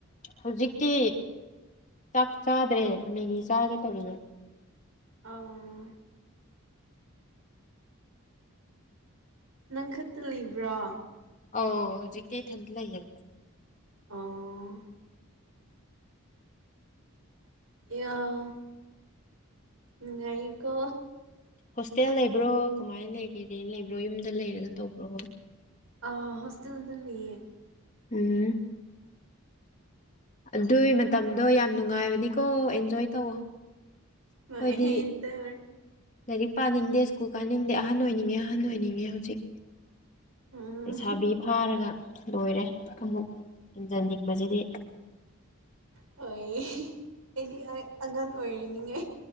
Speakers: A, on the left; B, on the right.
A: ꯍꯧꯖꯤꯛꯇꯤ ꯆꯥꯛ ꯆꯥꯗ꯭ꯔꯦ ꯃꯦꯒꯤ ꯆꯥꯒꯦ ꯇꯧꯔꯤꯌꯦ
B: ꯑꯥ ꯅꯪ ꯈꯛꯇ ꯂꯩꯕ꯭ꯔꯥ
A: ꯑꯥꯎ ꯍꯧꯖꯤꯛꯇꯀꯤꯩ ꯊꯗ ꯂꯩꯌꯦ
B: ꯑꯧ ꯑꯦ ꯉꯥꯏꯀꯣ
A: ꯍꯣꯁꯇꯦꯜ ꯂꯩꯕ꯭ꯔꯣ ꯀꯃꯥꯏꯅ ꯂꯩꯒꯦꯗ ꯂꯩꯕ꯭ꯔꯣ ꯌꯨꯝꯗ ꯂꯩꯔꯒ ꯇꯧꯕ꯭ꯔꯣ
B: ꯑ ꯍꯣꯁꯇꯦꯜ ꯂꯩꯌꯦ
A: ꯎꯝ ꯑꯗꯨꯏ ꯃꯇꯝꯗꯣ ꯌꯥꯝ ꯅꯨꯡꯉꯥꯏꯕꯅꯤꯀꯣ ꯑꯦꯟꯖꯣꯏ ꯇꯧꯋꯣ ꯑꯩꯈꯣꯏꯗꯤ
B: ꯍꯣꯏ ꯑꯍꯩ ꯇꯕ
A: ꯂꯥꯏꯔꯤꯛ ꯄꯥꯅꯤꯡꯗꯦ ꯁ꯭ꯀꯨꯜ ꯀꯥꯅꯤꯡꯗꯦ ꯑꯍꯟ ꯑꯣꯏꯅꯤꯡꯉꯦ ꯑꯍꯟ ꯑꯣꯏꯅꯤꯡꯉꯦ ꯍꯧꯖꯤꯛ
B: ꯎꯝ
A: ꯂꯩꯁꯥꯕꯤ ꯐꯥꯔꯒ ꯂꯣꯏꯔꯦ ꯑꯃꯨꯛ ꯍꯟꯖꯟꯅꯤꯡꯕꯁꯤꯗꯤ
B: ꯍꯣꯏ ꯑꯩꯗꯤ ꯑꯉꯥꯡ ꯑꯣꯏꯔꯤꯅꯤꯉꯥꯏ